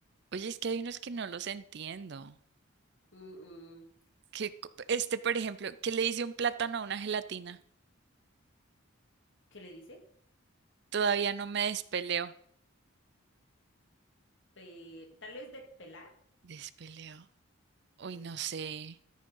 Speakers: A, on the right (about 55°); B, on the left (about 60°).
A: Oye, es que hay unos que no los entiendo.
B: Mm, mm,
A: Que, co- este, por ejemplo, ¿qué le dice un plátano a una gelatina?
B: ¿Qué le dice?
A: Todavía no me despeleo.
B: Pe- Tal vez de pelar.
A: ¿Despeleo? Uy,
B: De...
A: no sé.